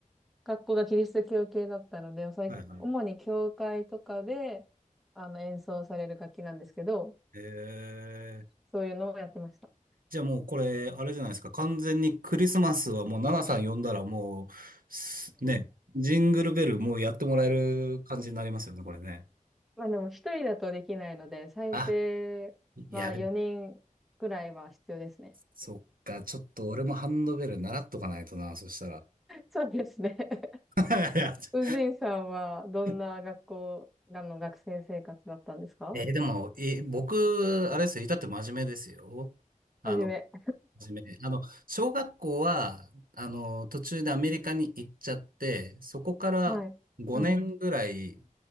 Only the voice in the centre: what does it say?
学校がキリスト教系だったので、おさい主に教会とかで、
あの、演奏される楽器なんですけど、
そういうのをやってました。
まあでも一人だとできないので、最低、
まあ4人くらいは必要ですね。
そうですね。<laughs>
宇治井さんはどんな学校がの学生生活だったんですか
はじめ。
はい。うんうん。